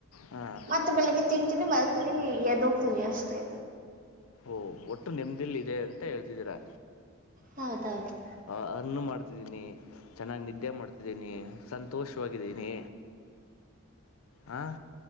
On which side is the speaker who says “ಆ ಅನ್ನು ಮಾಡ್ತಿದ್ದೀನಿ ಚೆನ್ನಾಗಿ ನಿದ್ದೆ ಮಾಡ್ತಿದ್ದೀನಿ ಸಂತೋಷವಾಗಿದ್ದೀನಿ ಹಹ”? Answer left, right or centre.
Left